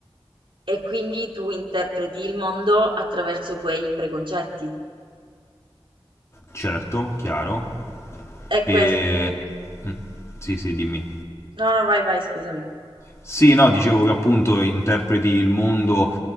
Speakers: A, on the right; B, on the left.
A: e quindi tu interpreti il mondo attraverso quei preconcetti.
B: certo, chiaro.
A: E
B: E...
A: questo...
B: mm, Sì, sì, dimmi.
A: No, no, vai, vai, scusami.
B: Sì, no, dicevo che appunto interpreti il mondo